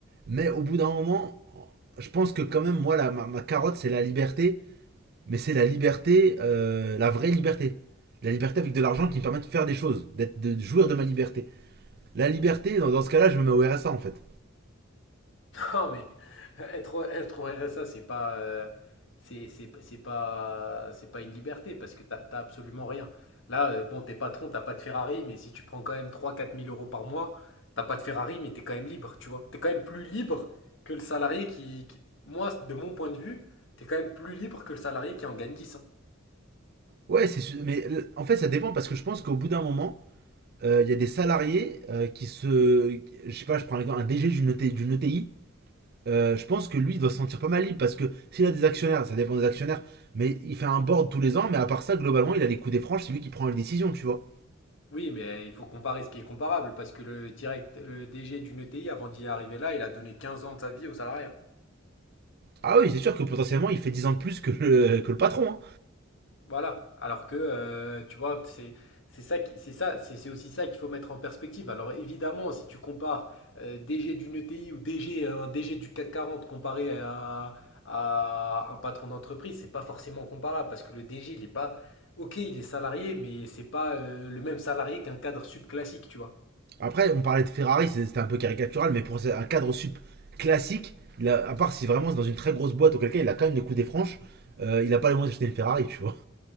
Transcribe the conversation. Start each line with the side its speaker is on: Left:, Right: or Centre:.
Right: Mais au bout d'un moment, je pense que quand même, moi, la- ma, ma carotte, c'est la liberté. Mais c'est la liberté, euh, la vraie liberté. La liberté avec de l'argent qui me permet de faire des choses, d'être, de jouir de ma liberté. La liberté, dans, dans ce cas-là, je me mets au RSA en fait.
Left: Non, mais <laughs> être, au- être au RSA, c'est pas, euh, c'est, c'est, c'est pas, c'est pas une liberté parce que t'as, t'as absolument rien. Là, euh, bon, t'es patron, t'as pas de Ferrari, mais si tu prends quand même trois quatre mille euros par mois, t'as pas de Ferrari, mais t'es quand même libre, tu vois. T'es quand même plus libre que le salarié qui, qui- Moi, de mon point de vue, t'es quand même plus libre que le salarié qui en gagne dix hein.
Right: Ouais, c'est su- mais euh, en fait, ça dépend parce que je pense qu'au bout d'un moment, euh, il y a des salariés euh, qui se. Je sais pas, je prends l'exemple, un DG d'une ETI. d'une ETI, euh, je pense que lui, il doit se sentir pas mal libre parce que s'il a des actionnaires, ça dépend des actionnaires, mais il fait un board tous les ans, mais à part ça, globalement, il a les coups des franges, c'est lui qui prend les décisions, tu vois.
Left: Oui, mais euh, il faut comparer ce qui est comparable parce que le direct, le DG d'une ETI, avant d'y arriver là, il a donné 15 ans de sa vie au salarié.
Right: Ah oui, c'est sûr que potentiellement, il fait 10 ans de plus que le, que le patron. hein.
Left: Voilà. Alors que, euh, tu vois, c'est c'est ça qui- c'est ça, c'est c'est aussi ça qu'il faut mettre en perspective. Alors évidemment, si tu compares euh, DG d'une ETI ou DG un DG du CAC 40 comparé à, à un patron d'entreprise, c'est pas forcément comparable parce que le DG, il est pas OK, il est salarié, mais c'est pas euh, le même salarié qu'un cadre subclassique, tu vois.
Right: Après, on parlait de Ferrari, c'était un peu caricatural, mais pour un cadre sup classique, il a- à part si vraiment c'est dans une très grosse boîte, auquel cas il a quand même les coups des franges, euh, il n'a pas les moyens d'acheter une Ferrari, tu vois.